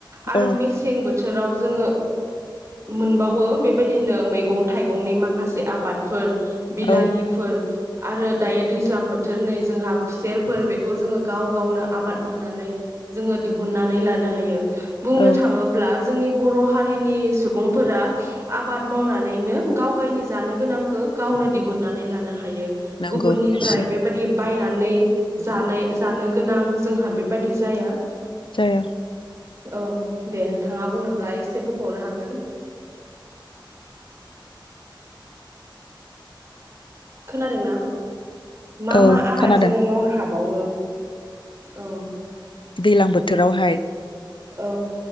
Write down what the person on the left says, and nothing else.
औ
औ
औ
नंगौ
निस्सय
जाया
औ
खोनादों
दैलां बोथोरावहाय